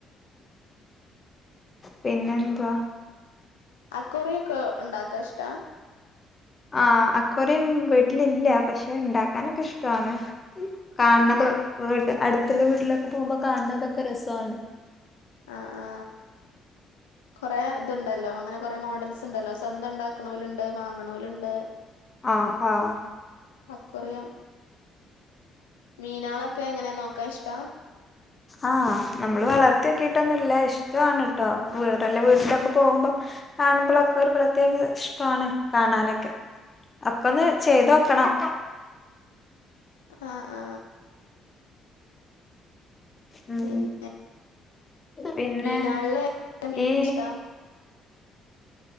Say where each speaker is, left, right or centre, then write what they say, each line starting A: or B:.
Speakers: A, on the left; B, on the left.
A: പിന്നെന്താ?
B: ആ കുറൊക്കെ ഉണ്ടാക്കാ ഇഷ്ടാ?
A: ആ അക്വേറിയം വീട്ടിലില്ല പക്ഷെ ഉണ്ടാക്കാനൊക്കെ ഇഷ്ടാണ്. കാണണത്
B: ആഹ്
A: വീ അടുത്തുള്ള വീട്ടിലൊക്കെ പോകുമ്പോ കാണണതൊക്കെ രസമാണ്.
B: ആ ആ കൊറെ ഇത്ണ്ടല്ലോ അങ്ങനെ കൊറെ മോഡൽസ് ഉണ്ടല്ലോ സ്വന്തം ഉണ്ടാക്കണവലുണ്ട് വാങ്ങണവലുണ്ട്.
A: ആ ആ.
B: അക്വേറിയം മീനാളൊക്കെ എങ്ങനെയാ നോക്കാൻ ഇഷ്ടാ?
A: ആഹ് നമ്മള് വളർത്തിയക്കിട്ടൊന്നുല്ല ഇഷ്ടണ് ട്ടോ വേറെല്ല വീട്ടിലൊക്കെ പോകുമ്പോ കാണുമ്പോഴൊക്കെ
B: ആഹ്
A: ഒരു പ്രത്യേക ഇഷ്ടമാണ് കാണാനൊക്കെ ഒക്ക ഒന്ന് ചെയ്ത് നോക്കണം.
B: ആ ആ.
A: ഉം.
B: പിന്നെ
A: പിന്നെ
B: മീനാളില് ഏത് മീനാ
A: ഈ
B: ഇഷ്ടം